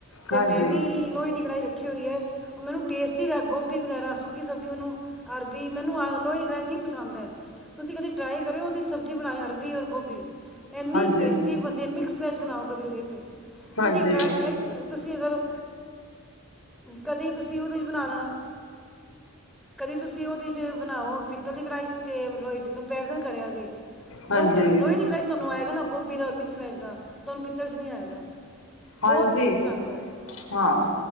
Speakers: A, in the centre; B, on the left.
A: ਅਤੇ
B: ਹਾਂਜੀ
A: ਮੈਂ ਵੀ ਲੋਹੇ ਦੀ ਕੜਾਹੀ ਰੱਖੀ ਹੋਈ ਹੈ ਮੈਨੂੰ ਟੇਸਟੀ ਗੋਭੀ ਵਗੈਰਾ ਸੁੱਕੀ ਸਬਜ਼ੀ ਮੈਨੂੰ ਵੀ ਮੈਨੂੰ ਆ ਲੋਹੇ ਕੜਾਈਚ ਹੀ ਪਸੰਦ ਹੈ ਤੁਸੀਂ ਕਦੀ ਟਰਾਈ ਕਰਿਓ ਉਹਦੀ ਸਬਜ਼ੀ ਬਣਾਇਓ ਅਰਬੀ ਔਰ ਗੋਭੀ ਇੰਨੀ
B: ਹਾਂਜੀ
A: ਟੇਸਟੀ ਬਣਦੀ ਹੈ ਮਿਕਸ ਵੈੱਜ ਬਣਾਓ ਕਦੇ ਉਹਦੇ 'ਚ
B: ਹਾਂਜੀ
A: ਤੁਸੀਂ ਟਰਾ ਤੁਸੀਂ ਕਰੋ ਕਦੇ ਤੁਸੀਂ ਉਹਦੇ ਚ ਬਣਾ ਲੈਣਾ ਕਦੇ ਤੁਸੀਂ ਉਹ 'ਚ ਬਣਾਓ ਪਿੱਤਲ ਦੀ ਕੜਾਈ ਚ' ਤੇ ਲੋਹੇ 'ਚ ਕੰਪੈਰੀਜ਼ਨ ਕਰਿਆ ਜੇ,
B: ਹਾਂਜੀ
A: ਜੋਟੇ ਲੋਹੇ ਦੀ ਕੜਾਈ ਤੁਹਾਨੂੰ ਆਏਗਾ ਨਾ ਗੋਭੀ ਦਾਔਰ ਮਿਕਸ ਵੈਜ ਦਾ ਤੁਹਾਨੂੰ ਪਿੱਤ ਚ ਨਹੀਂੀ ਆਏਗਾ
B: ਹਾਂਜੀ
A: ਬਹੁਤ ਟੇਸਟ ਆਉਂਦਾ ਹੈ
B: ਹਾਂ।